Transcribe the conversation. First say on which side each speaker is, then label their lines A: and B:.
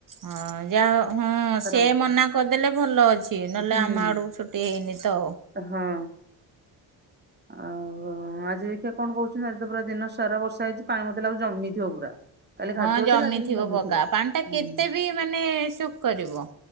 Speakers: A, on the right; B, on the right.
A: ହଁ ଯାହା ହଁ ସେ
B: ବର୍ଷା
A: ମନା କରିଦେଲେ ଭଲ ଅଛି ନହେଲେ
B: ହୁଁ
A: ଆମ ଆଡକୁ ଛୁ ଦେଇନିତ।
B: ହଁ। ଆଉ ଆଜି ଦେଖିବା କଣ କହୁଛନ୍ତି ଆଜି ତ ପୁରା ଦିନ ସାରା ବର୍ଷା ହେଇଛି ପାଣି ମତେ ଲାଗୁଚି ଜମିଥିବ ପୁରା। କାଲି କାଦୁଅଥିଲା
A: ହଁ ଜହ୍ନି
B: ଆଜି କିନ୍ତୁ
A: ଥିବ
B: ଜମିଥିବ।
A: ପକା ପାଣି ଟା
B: ହୁଁ
A: କେତେ ବି ମାନେ ସୁଖ କରିବ।